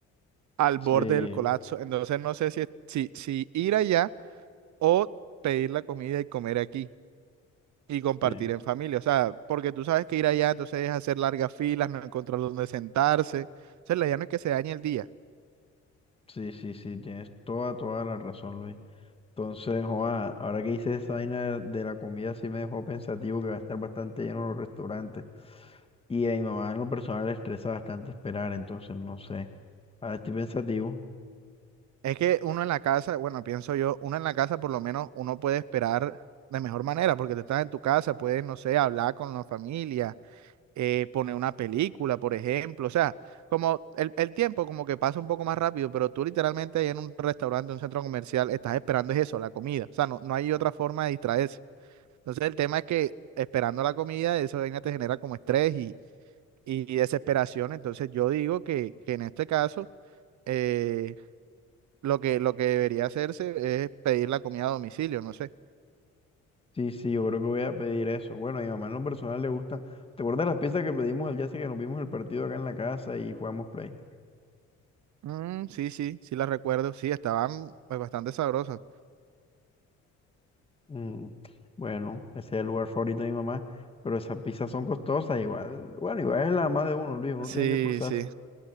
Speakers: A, on the right; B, on the left.
A: al borde
B: Sí,
A: del colapso. Entonces no sé si, es- si, si ir allá o pedir la comida y comer aquí y compartir
B: sí.
A: en familia. O sea, porque tú sabes que ir allá entonces es hacer largas filas, no encontrar dónde sentarse. O sea, la idea no es que se dañe el día.
B: Sí, sí, sí. Tienes toda, toda la razón, Luis. Entonces, joa, ahora que hice esa vaina de la comida, sí me dejó pensativo que va a estar bastante lleno los restaurantes. Y a mi mamá en lo personal le estresa bastante esperar, entonces no sé. Ahora estoy pensativo.
A: Es que uno en la casa, bueno, pienso yo, uno en la casa por lo menos uno puede esperar de mejor manera, porque tú estás en tu casa, puedes, no sé, hablar con la familia, eh, poner una película, por ejemplo, o sea, como el, el tiempo como que pasa un poco más rápido, pero tú literalmente ahí en un restaurante, un centro comercial, estás esperando es eso, la comida, o sea, no, no hay otra forma de distraerse. Entonces el tema es que esperando la comida, eso vaina te genera como estrés y, y desesperación, entonces yo digo que, que en este caso... eh, lo que, lo que debería hacerse es pedir la comida a domicilio, no sé.
B: Sí, sí, yo creo que voy a pedir eso. Bueno, a mi mamá en lo personal le gusta. ¿Te acuerdas las pizzas que pedimos el día ese que nos vimos el partido acá en la casa y jugamos play?
A: Mm, sí, sí, sí la recuerdo. Sí, estaban pues, bastante sabrosas.
B: Mm, bueno, ese es el lugar favorito de mi mamá, pero esas pizzas son costosas igual. Bueno, igual es la mamá de uno, Luis, uno
A: Sí,
B: tiene que esforzarse,
A: sí.